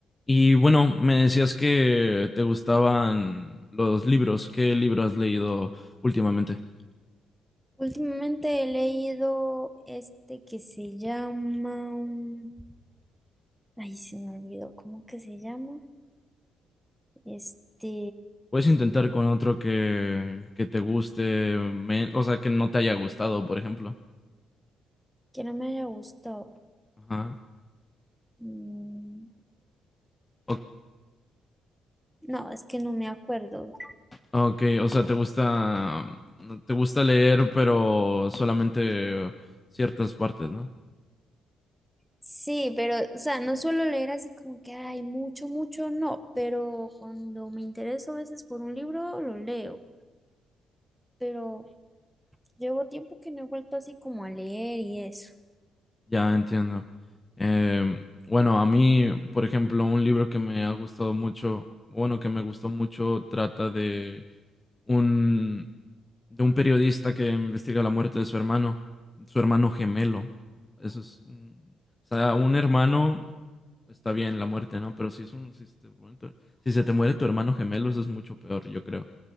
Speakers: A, on the left (about 20°); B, in the centre.
A: Y bueno, me decías que te gustaban los libros. ¿Qué libro has leído últimamente?
B: Últimamente he leído este que se llama... mm, Ay, se me olvidó, ¿cómo que se llama? Este,
A: Puedes intentar con otro que, que te guste, men- o sea, que no te haya gustado, por ejemplo.
B: que no me haya gustado.
A: Ajá.
B: Mm,
A: O-
B: No, es que no me acuerdo.
A: ok, o sea, te gusta, te gusta leer, pero solamente ciertas partes, ¿no?
B: Sí, pero, o sea, no suelo leer así como que hay mucho, mucho, no, pero cuando me intereso a veces por un libro, lo leo, pero llevo tiempo que no he vuelto así como a leer y eso.
A: Ya entiendo. Em, bueno, a mí, por ejemplo, un libro que me ha gustado mucho, bueno, que me gustó mucho, trata de un, de un periodista que investiga la muerte de su hermano, su hermano gemelo. Eso es, un- o sea, un hermano está bien la muerte, ¿no? Pero si es un, si se te muere tu si se te muere tu hermano gemelo, eso es mucho peor, yo creo